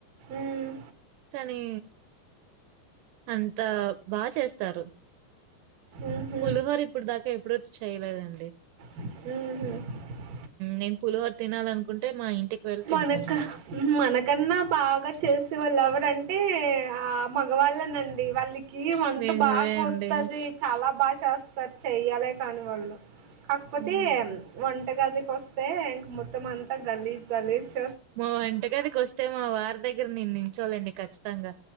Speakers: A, on the right (about 55°); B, on the right (about 80°).
A: ఉమ్
B: కానీ అంతా బా చేస్తారు
A: ఉహు
B: పులుహొర ఇప్పుడు దా ఎప్పుడూ ఎప్పుడు చేయలేదండి
A: ఉ హు
B: నేను పులుహొర తినాలనుకుంటే మా ఇంటికి వెళ్ళి తింటానండి
A: మనక మనకన్నా బాగా చేలిసే వాళ్ళు ఎవరంటే అంటే ఆ మగవాళ్ళనండి వాళ్ళు తీ వంట
B: నిజమే
A: బాగా
B: అండి
A: వస్తుది చాలా బాగా చేస్తారు చెయ్యాలే కానీ వాళ్ళు కాకపోతే
B: హ్మ్.
A: వంటగదికి వస్తే మొత్తం అంతా గలీజ్ గాలీస్
B: మా వంటగదికి వస్తే మా వారి దగ్గర నిన్నీ పెట్టలండి ఖచ్చితంగా